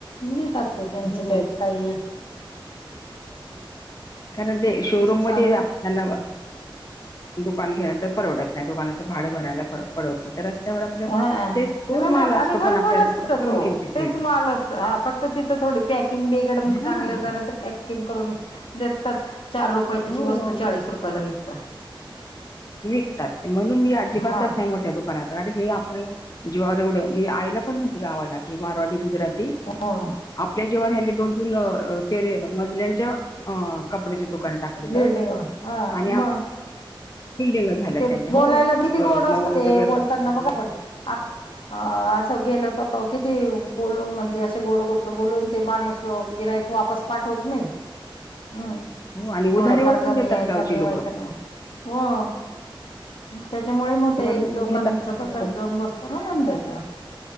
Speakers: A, on the left; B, on the left.
A: मीळतात ते त्यांचे
B: हो
A: ते काई
B: कारण ते शोरूम
A: साध
B: मध्ये आपल्याला दुकान घ्यायला परवडते. नाय दुकानाचं भाडं भरायला पर पडवत नाई तर रस्त्यावर आपलं
A: हा
B: तेच तोच
A: रस
B: माल
A: आणि
B: असतो
A: भरपूर
B: पण आपल्या
A: असत
B: कमी
A: तो
B: किमतीत
A: तेच
B: मिळतो
A: माल असत हा फक्त तिथं थोडी पॅकिंग बिगड चांगलं
B: हा
A: जरास किंग करून देतात चार रुपयाची
B: हो
A: वस्तू चाळीस रुपयाला विकता
B: विकतात म्हणून मी अजिबात
A: म
B: जात नाय मोठ्या दुकानात अरे हे आपण जीवावर एवढं मी आईला पण म्हटली गावाला की मारवाडी गुजराती
A: हा..
B: आपल्या जीवावर ह्यांनी दोन तीन टेरे मजल्यांच्या कपड्याची दुकान टाकलीत
A: बिल्डिंग हा
B: आणि
A: मग
B: आम बिल्डिंग झाल्यात
A: ते
B: त्यांच्या
A: बोलायला
B: हो
A: किती
B: क
A: गोड असत
B: नऊवारीचा
A: ते
B: वेगळा
A: बोलताना बघा पण अ असं गेलं तर किती बोलून म्हणजे असे गोड गोड बोलून ते माणूस तो गिरायक वापस पाठवत नई हम्म
B: हो आणि उधारीवर
A: थोडंफार
B: पण
A: कमी
B: देतात
A: ऐसा
B: गावची
A: नई
B: लोक
A: वैताग नई हं त्याच्यामुळे म ते
B: लोक
A: लोकांच
B: घेतात आंदोलन.
A: कस जम बसतो ना धंद्याच